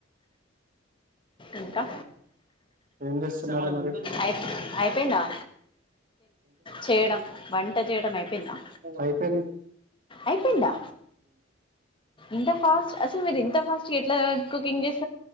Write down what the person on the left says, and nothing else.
ఇంకా
అయి అయిపోయిందా చేయడం వంట చేయడం అయిపోయిందా
అయిపోయిందా ఇంత ఫాస్ట్ అసలు మీరు ఇంత ఫాస్ట్ ఎట్లా గ కుకింగ్ చేస్